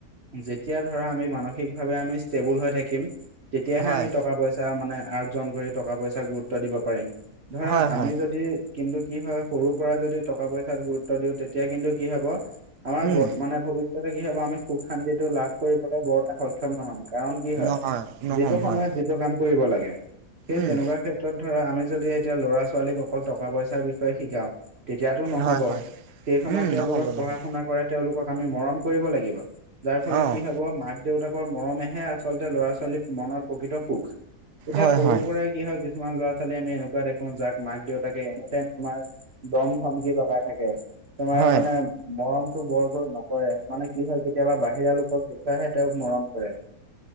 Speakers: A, on the right; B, on the right.
A: যেতিয়া ধৰা আমি মানসিকভাৱে আমি ষ্টেবুল হৈ থাকিম। তেতিয়াহে
B: হয়,
A: আমি টকা পইচা মানে আৰ্জন কৰি টকা পইচা গুৰুত্ব দিব পাৰিম। ধৰা
B: হয়,
A: আমি
B: হয়,
A: যদি। কিন্তু কি হয় সৰুৰ পৰা যদি টকা পইচাত গুৰুত্ব দিওঁ তেতিয়া কিন্তু কি হব আমাৰ
B: উম,
A: বৰ মানে ভৱিষ্যতে কি হব আমি সুখ শান্তিটো লাভ কৰিবলৈ বৰতে সক্ষম নহম। কাৰণ কি হয়
B: নহয়, নহ'ম
A: যিটো সময়ত
B: হয়,
A: যিটো কাম কৰিব লাগে। সেই
B: উম,
A: তেনেকুৱা ক্ষেত্ৰত ধৰা আমি যদি এতিয়া ল'ৰা ছোৱালীক অকল টকা পইচাৰ বিষয়ে শিকাও, তেতিয়াতো নহব
B: হয়,
A: সেই
B: হয়,
A: সময়ত
B: উম,
A: তেওঁলোকক
B: নহ'ব, নহ'ব,
A: পঢ়া শুনা কৰাই, তেওঁলোক আমি মৰম কৰিব লাগিব যাৰ ফলত
B: অ',
A: কি হব মাক দেউতাকৰ মৰমেহে আচলতে ল'ৰা ছোৱালীৰ মনৰ প্ৰকৃত সুখ। এতিয়া
B: হয়,
A: সৰুৰ
B: হয়,
A: পৰাই কি হয় কিছুমান ল'ৰা ছোৱালী আমি এনেকৱা দেখো যাক মাক দেউতাকে এনি টাইম তোমাৰ। দম ধমকি লগাই থাকে। তোমাৰ
B: হয়,
A: মানে মৰমতটো বৰকৈ নকৰে মানে কি হয় কেতিয়াবা বাহিৰা লোকক দেখুৱাহে তেওঁক মৰম কৰে।